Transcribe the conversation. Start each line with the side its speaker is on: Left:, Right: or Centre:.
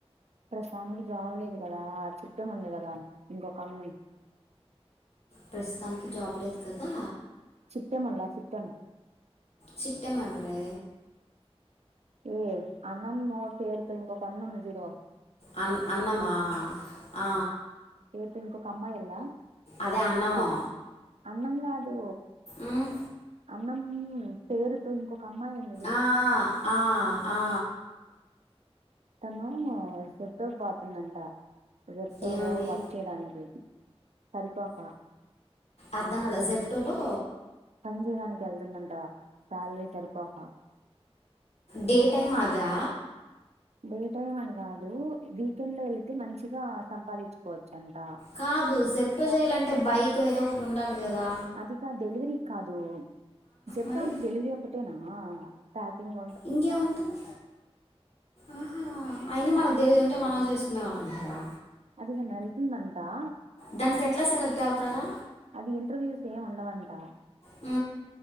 Right: ప్రసాన్కి జాబ్ లేదు గదా చుట్టముంది గదా ఇంకొక అన్
Left: ప్రస్తుతానికి జాబ్ లేదు కదా
Right: సుట్టమన్లా సుట్టం
Left: చిట్టమెవరే
Right: ఈ అన్నం మూడ్ పేర్లతో ఇంకొక అన్నుండు జూడు
Left: అన్ అన్నమా ఆ
Right: ఎవరితో ఇంకొక అమ్మాయెల్లా
Left: అదే అన్నము
Right: కొట్ అన్నంగాదూ
Left: ఉమ్,
Right: అన్నమ్ పేరుతో ఇంకొక అమ్మాయిన్
Left: ఆ ఆ ఆ ఆ
Right: తనూ జెప్టోక్ బాతుందంట రిట్టోలో
Left: ఏమని
Right: వర్క్ చేయడానికి సరిపోక
Left: అర్థంగాలా జెప్టోలో
Right: పన్జెయడానికెల్తుందంట సాలరీ సరిపోక
Left: డే టైమ్ అదా
Right: డే టైమ్ అని గాదూ వీకెండ్లో వెళ్తే మంచిగా సంపాదిచ్చుకోవచ్చంట
Left: కాదు జెప్టో జేయాలంటే బైకొ ఏదోకటి ఉండాలి గదా
Right: అది కాద్ డెలివరీ కాదు జెప్టో
Left: మరి
Right: అంటే డెలివరీ ఒక్కటేనా ప్యాకింగు
Left: ఇంకేముంటుంది ఆహా అయినా మనకుదెలియదు ఉంటే మనం జేసుకునే వాళ్ళం గదా
Right: అది గనెల్తుందంటా
Left: దానికెట్ల సెలెక్టవుతారా
Right: అది ఇంటర్వ్యూస్ ఏంవుండవంటా
Left: ఊ